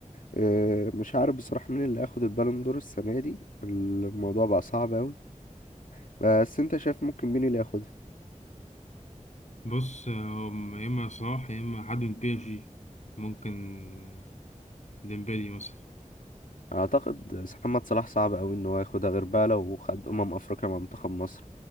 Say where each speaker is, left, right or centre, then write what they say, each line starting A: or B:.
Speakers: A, on the left; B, on the left.
A: آه، مش عارف بصراحه مين اللي هياخد البالون دور السنه دي الموضوع بقى صعب قوي بس انت شايف ممكن مين اللي ياخدها
B: بص آه، هم يا إما صلاح يا إما حد من بي إس جي ممكن آه، ديمبلي مثلا
A: اعتقد محمد صلاح صعب قوي ان هو ياخدها غير بقى لو خد امم افريقيا مع منتخب مصر